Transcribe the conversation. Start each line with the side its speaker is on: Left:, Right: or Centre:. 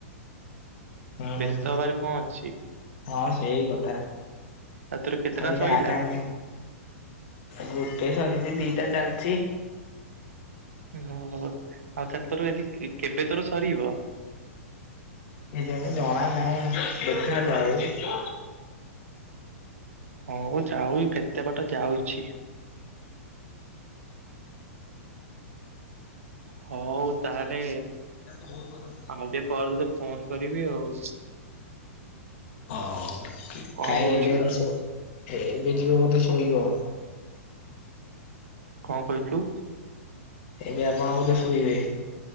Left: ହୁଁ
Right: ବ୍ୟସ୍ତ ହବାରେ କଣ ଅଛି?
Left: ହଁ ସେଇ କଥା।
Right: ଆଉ ତୋର କେତେଟା
Left: ସଇଲେ
Right: ସଇଲା?
Left: ଆଗାମୀ ଗୋଟେ ସରିଛି, ଦିଟା ଚାଲିଛି
Right: ହୁଁ ଓ-ଓ, ଆଉ ତାହେଲେ ତୋର ଆଜି କେ-କେବେ ତୋର ସରିବ?
Left: ଏ ଯେବେ ଜଣା ନାଇଁ ଦେଖା ଯାଉ
Right: ହଉ ଯାଉ କେତେ ବାଟ ଯାଉଛି। ହଉ ତାହେଲେ
Left: ଭୁଲ କରନି।
Right: ମୁଁ ଟେ ପରେ ତତେ ଫୋନ କରିବି ଆଉ।
Left: ହଉ କି
Right: କଣ
Left: ଥାଇ
Right: କହୁଛୁ?
Left: ଏବେ ଆଉ ସେ ହେ ଏବେ ଯିବ ବୋଧେ ଶୋଇିବ?
Right: କଣ କହିଛୁ?
Left: ଏବେ ଆପଣ ବୋଧେ ଶୋଇବେ?